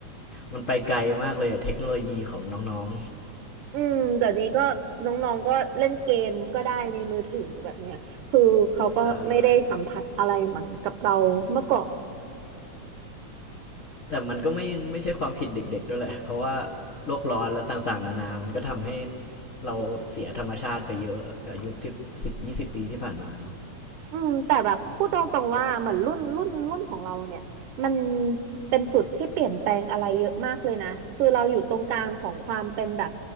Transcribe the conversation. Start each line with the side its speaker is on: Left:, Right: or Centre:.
Left: มันไปไกลมากเลยอะเทคโนโลยีของน้อง
Right: อืมเดี๋ยวนี้ก็น้องๆก็เล่นเกมก็ได้ในมือถือแบบเนี้ยคือเขาก็ไม่ได้สัมผัสอะไรเหมือนกับเราเมื่อก่อน
Left: ๆใช่แต่มันก็ไม่ไม่ใช่ความผิดเด็กๆด้วยแหละเพราะว่าโลกร้อนและต่างๆนานามันก็ทำให้เราเสียธรรมชาติไปเยอะกับยุคที่สิบยี่สิบปีที่ผ่านมาเนาะ
Right: อืมแต่แบบพูดตรงๆว่าเหมือนรุ่นรุ่นรุ่นของเราเนี่ยมันเป็นจุดที่เปลี่ยนแปลงอะไรเยอะมากเลยนะคือเราอยู่ตรงกลางของความเป็นแบบ